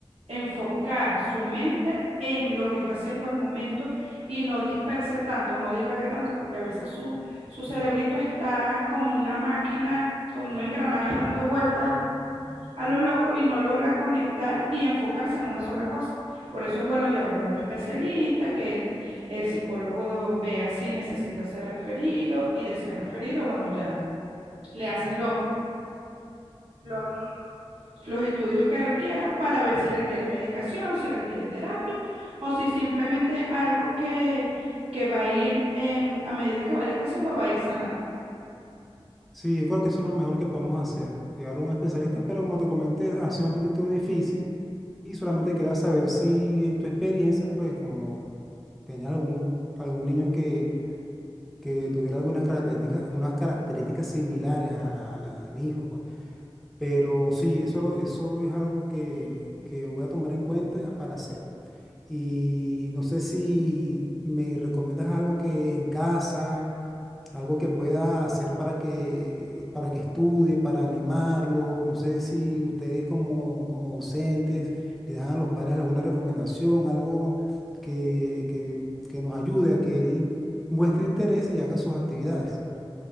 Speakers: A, on the right; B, in the centre.
A: enfocar su mente en lo que está haciendo al momento y no disperse tanto, no divague tanto, porque a veces su, su cerebrito está como una máquina, como un engranaje dando vueltas a lo loco y no logra conectar y enfocarse en una sola cosa. Por eso es bueno llevarlo a los especialistas, que el, el psicólogo vea si necesita ser referido y de ser referido, bueno, ya le hacen los, los los estudios que requiera para ver si requiere medicación, si requiere terapia o si simplemente es algo que, que va a ir eh, a medida que vaya creciendo, va a ir sanando.
B: Sí, yo creo que eso es lo mejor que podemos hacer, llevarlo a un especialista, pero como te comenté, ha sido un poquito difícil y solamente quería saber si en tu experiencia, pues como tenías algún, algún niño que, que tuviera algunas características, unas características similares a, a las de mi hijo, pues. Pero sí, eso, eso es algo que, que voy a tomar en cuenta para hacer. Y no sé si me recomiendas algo que en casa, algo que pueda hacer para que, para que estudie, para animarlo. No sé si ustedes como, como docentes le dan a los padres alguna recomendación, algo que, que, que nos ayude a que él muestre interés y haga sus actividades.